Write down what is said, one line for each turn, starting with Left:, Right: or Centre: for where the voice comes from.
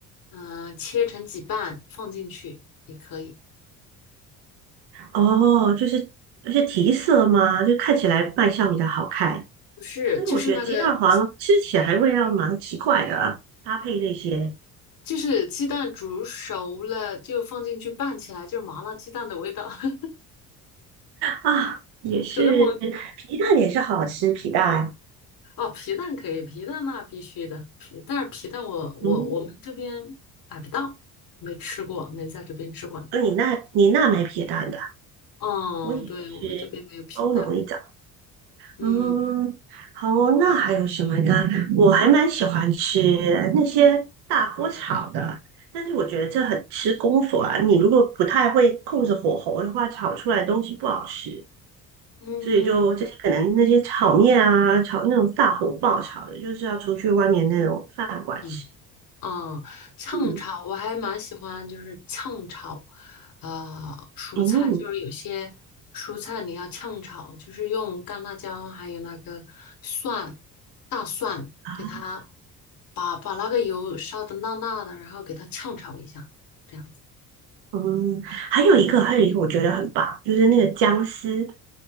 Left: 嗯、切成几瓣放进去也可以。
Right: 哦，就是是提色吗？就看起来卖相比较好看，
Left: 不是，
Right: 但是我觉得鸡蛋黄吃起来味道蛮奇怪的啊搭配这些
Left: 就是那个，就是鸡蛋煮熟了就放进去拌起来，就是麻辣鸡蛋的味道。<laughs>
Right: 啊，也是皮蛋也是好吃，
Left: 可能我
Right: 皮蛋，
Left: 哦，皮蛋可以，皮蛋那必须的，皮，但是皮蛋我我我们这边买不到，
Right: 嗯，
Left: 没吃过，没在这边吃过。
Right: 哦，你那你那没皮蛋的啊，
Left: 嗯，
Right: 我以为是欧容一种。
Left: 对，我们这边没有皮蛋。嗯
Right: 嗯，好哦，那还有什么呢？我还蛮喜欢吃那些大锅炒的，但是我觉得这很吃功夫啊。你如果不太会控制火候的话，炒出来的东西不好吃。
Left: 嗯
Right: 所以就这些可能那些炒面啊，炒那种大火爆炒的，就是要出去外面那种饭馆吃。
Left: 嗯。嗯，炝炒我还蛮喜欢，
Right: 嗯
Left: 就是炝炒，呃，蔬菜，
Right: 嗯。
Left: 就是有些蔬菜你要炝炒，就是用干辣椒还有那个蒜、大蒜，
Right: 啊
Left: 给它把把那个油烧的辣辣的，然后给它炝炒一下，这样子。
Right: 嗯，还有一个，还有一个，我觉得很棒，就是那个姜丝。